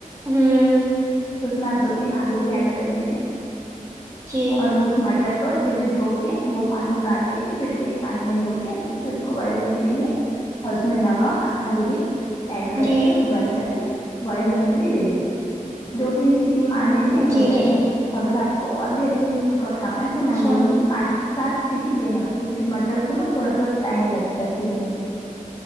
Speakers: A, on the right; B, on the left.
A: ہوں
B: اس میں آپ دو تین آلو بھی ایڈ کر دیجیے
A: جی
B: اور وہ اس م ٹر کو اچھے سے دھو کے وہ پانی باند دے کے پھر سے ایک پانی میں دھو کے اچھے سے اس کو بوائل ہونے کے لیے اور اس میں نمک ہلدی ایڈ کر
A: جی
B: کے اس کو بند کر کے بوائل ہونے کے لیے دے دیجیے دو تین سیٹی مارنے سے ہو
A: جی
B: جائے
A: جی
B: گا اگر آپ کو اور بھی اچھے سے اس کو پکانا ہے تو
A: اچھا
B: میں بولوں گی پانچ سات سیٹی دینا کیونکہ مٹر کو نا تھوڑا سا ٹائم لگتا ہے سیجنے میں